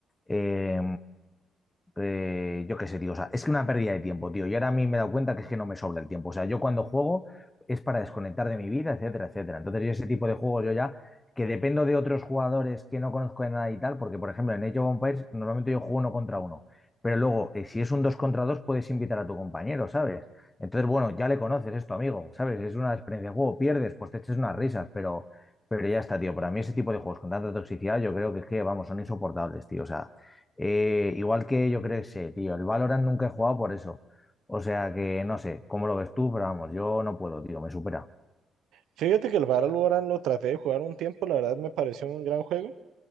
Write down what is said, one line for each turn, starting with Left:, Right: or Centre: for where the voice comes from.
Left: Eh, eh, yo qué sé, tío. O sea, es que una pérdida de tiempo, tío. Y ahora a mí me he dado cuenta que es que no me sobra el tiempo. O sea, yo cuando juego es para desconectar de mi vida, etcétera, etcétera. Entonces, yo ese tipo de juegos yo ya, que dependo de otros jugadores que no conozco de nada y tal, porque, por ejemplo, en Age of Empires normalmente yo juego uno contra uno. Pero luego, eh, si es un dos contra dos, puedes invitar a tu compañero, ¿sabes? Entonces, bueno, ya le conoces, es tu amigo, ¿sabes? Es una experiencia de juego. Pierdes, pues te eches unas risas, pero, pero ya está, tío. Para mí ese tipo de juegos con tanta toxicidad, yo creo que es que, vamos, son insoportables, tío. O sea, eh, igual que yo creo que sé, tío, el Valorant nunca he jugado por eso. O sea que no sé cómo lo ves tú, pero vamos, yo no puedo, tío, me supera.
Right: Fíjate que el Valorant lo traté de jugar un tiempo, la verdad me pareció un gran juego.